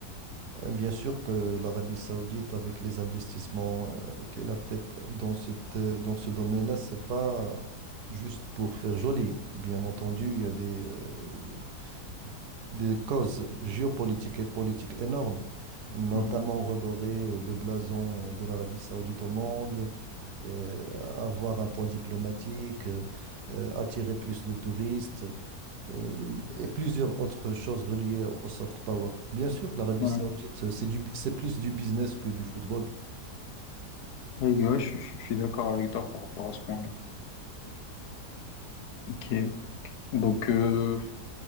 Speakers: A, on the right (about 70°); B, on the left (about 70°).
A: Euh, Bien sûr que l'Arabie Saoudite, avec les investissements euh, qu'elle a fait dans cette, euh, dans ce domaine-là, c'est pas juste pour faire joli. Bien entendu, il y a des, euh, des causes géopolitiques et politiques énormes, notamment
B: Mhm.
A: redorer euh, le blason euh, de l'Arabie Saoudite au monde, euh, avoir un poids diplomatique, euh, euh, attirer plus de touristes, euh, y- et plusieurs autres choses reliées au soft power. Bien sûr, l'Arabie
B: Ouais,
A: Saoudite, euh, c'est du, c'est plus du business que du football,
B: Ouais, ouais, je, je- je suis d'accord avec toi par rapport à ce point-là. Ok. Donc, euh,